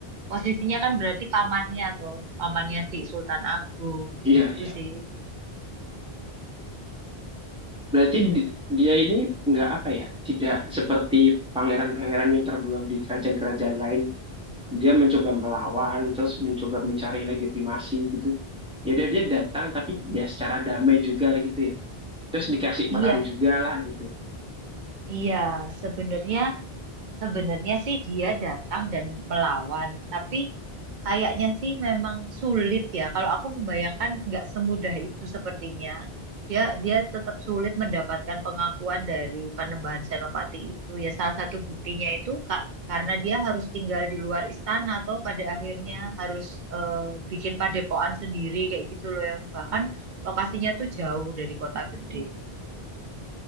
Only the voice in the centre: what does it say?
iya iya.
Berarti di- dia ini nggak apa ya? Tidak seperti pangeran-pangeran yang terbuang di kerajaan-kerajaan lain dia mencoba melawan terus mencoba mencari legitimasi gitu ya udah dia datang tapi ya secara damai juga gitu ya terus dikasih
peran juga lah gitu